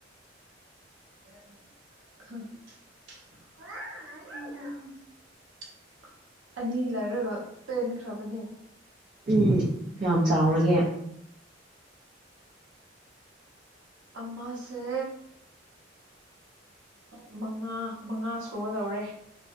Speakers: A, on the right; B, on the right.
A: ꯈꯡ ꯑꯥ ꯑꯅꯤ ꯂꯩꯔꯒ ꯄꯦꯟꯈ꯭ꯔꯕꯅꯦ꯫
B: ꯎꯝ ꯀꯌꯥꯝ ꯆꯥꯎꯔꯒꯦ?
A: ꯑꯃꯥꯁꯦ ꯎ ꯃꯉꯥ ꯃꯉꯥ ꯁꯨꯒꯗꯧꯔꯦ꯫